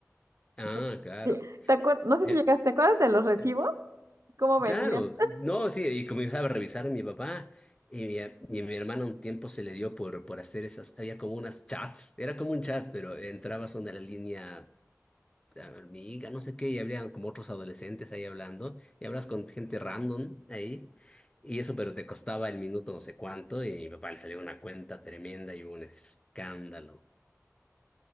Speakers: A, on the left (about 20°); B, on the right (about 70°).
A: Ah,
B: sí,
A: claro.
B: sí, ¿Te acuer- No sé
A: Eh,
B: si llegaste, ¿te acuerdas de los recibos?
A: eh,
B: ¿Cómo venían?
A: claro, no, sí, y comenzaba a revisar a mi papá y mi, y mi hermana un tiempo se le dio por, por hacer esas, había como unas chats, era como un chat, pero entrabas a una línea amiga, no sé qué, y habría como otros adolescentes ahí hablando, y hablas con gente random ahí, y eso, pero te costaba el minuto no sé cuánto, y mi papá le salió una cuenta tremenda y hubo un escándalo.